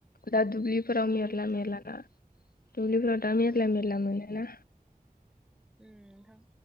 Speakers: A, on the left; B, in the centre.
A: दा दुब्लिफोराव
B: मोनो
A: मेरला
B: नोंथां
A: मेरला ना? दुब्लिफोराव दा मेरला
B: उम
A: मेरला मोनोना।
B: उम नोंथां।